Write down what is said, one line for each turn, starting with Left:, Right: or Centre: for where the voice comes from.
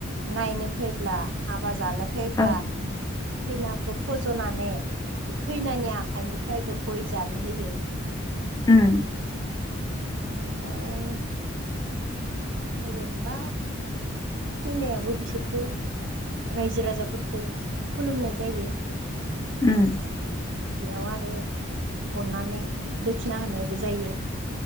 Right: नायनो फैब्ला हाबा जानो फैब्ला
Left: औ
Right: खैना फज'नानै खैनानि आखाइनिफ्रायबो गय जानो होयो।
Left: उम्म।
Right: बेनिफ्राय जेनेबा खैनायाबो बिसोरखो रायजो राजाफोरखो खुलुमनाय जायो।
Left: उम्म।
Right: बेयाव आरो अननानै दोखिना होनायबो जायो।